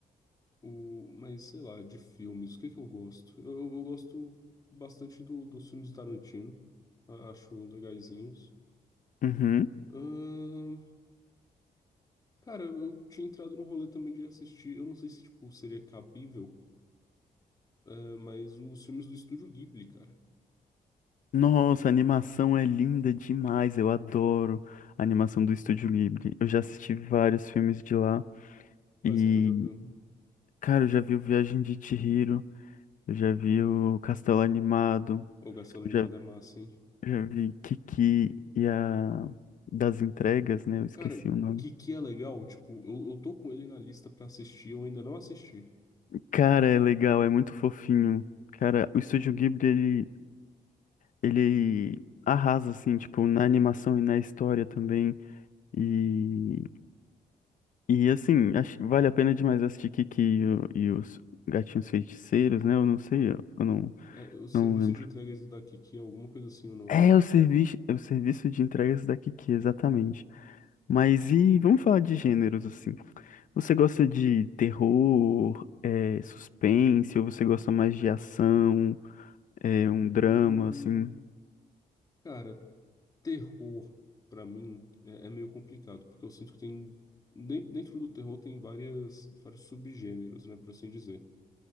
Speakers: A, on the left; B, on the left.
A: O, mas sei lá, de filmes, o que que eu gosto? Eu, eu- eu gosto bastante do, dos filmes do Tarantino. a- Acho legaizinhos.
B: Uhum.
A: Ahn, cara, eu tinha entrado no rolê também de assistir. Eu não sei se tipo, seria cabível, é, mas os filmes do Estúdio Ghibli, cara.
B: Nossa, a animação é linda demais. Eu adoro a animação do Estúdio Ghibli. Eu já assisti vários filmes de lá.
A: Quais
B: E,
A: que tu já viu?
B: cara, eu já vi o Viagem de Chihiro, eu já vi o Castelo Animado,
A: O Gasolina
B: eu já,
A: Animada é massa, hein?
B: já vi Kiki e a das entregas, né? Eu esqueci
A: Cara,
B: o nome.
A: que que é legal, tipo, eu, eu tô com ele na lista pra assistir, eu ainda não assisti.
B: Cara, é legal, é muito fofinho. Cara, o Estúdio Ghibli, ele, ele arrasa, assim, tipo, na animação e na história também. E, e assim, acho- vale a pena demais assistir Kiki e, o- e os Gatinhos Feiticeiros, né? Eu não sei, eu eu não,
A: É, o serviço
B: não lembro.
A: de entregas da Kiki é alguma coisa assim o nome.
B: É o serviço, é o serviço de entregas da Kiki, exatamente. Mas e vamos falar de gêneros, assim. Você gosta de terror, é, suspense, ou você gosta mais de ação? É um drama,
A: Hum,
B: assim.
A: cara, terror pra mim é, é meio complicado, porque eu sinto que tem den- dentro do terror tem várias vários subgêneros, né, por assim dizer.